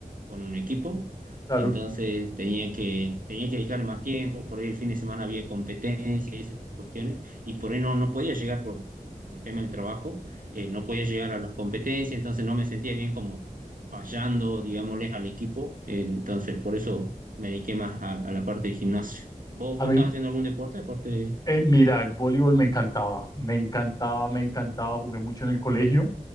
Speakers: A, on the right; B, on the left.
A: con un equipo.
B: claro.
A: Entonces tenía que, tenía que dedicarle más tiempo, por ahí el fin de semana había competencias y esas cuestiones y por ahí no, no podía llegar por, por el tema del trabajo, eh, no podía llegar a las competencias, entonces no me sentía bien como fallando, digámosles, al equipo, eh, entonces por eso me dediqué más a, a la parte de gimnasio. ¿Vos,
B: A
A: vos
B: mí,
A: estás haciendo algún deporte aparte de...
B: eh, mira, el voleibol me encantaba, me encantaba, me encantaba. Jugué mucho en el colegio,